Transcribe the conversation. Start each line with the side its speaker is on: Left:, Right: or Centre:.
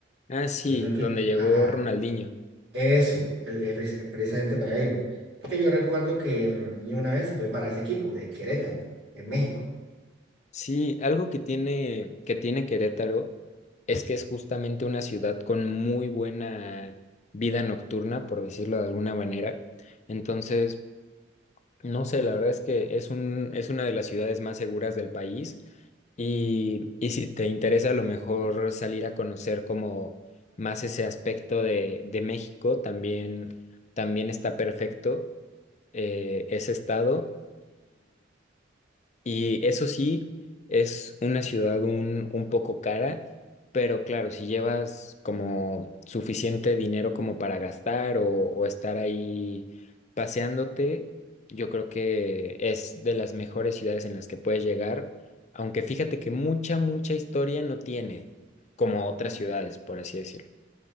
Left: Ah, sí,
Right: Hay un equipo,
Left: donde llegó
Right: ajá.
Left: Ronaldinho.
Right: Eso, el- el- es precisamente para ahí va. Porque yo recuerdo que Ronaldinho una vez se fue para ese equipo de Querétaro, en México.
Left: Sí, algo que tiene, que tiene Querétaro es que es justamente una ciudad con muy buena vida nocturna, por decirlo de alguna manera. Entonces, no sé, la verdad es que es un, es una de las ciudades más seguras del país. Y, y si te interesa a lo mejor salir a conocer como más ese aspecto de, de México, también, también está perfecto eh, ese estado. Y eso sí, es una ciudad un, un poco cara, pero claro, si llevas como suficiente dinero como para gastar o, o estar ahí paseándote, yo creo que es de las mejores ciudades en las que puedes llegar, aunque fíjate que mucha, mucha historia no tiene, como otras ciudades, por así decirlo.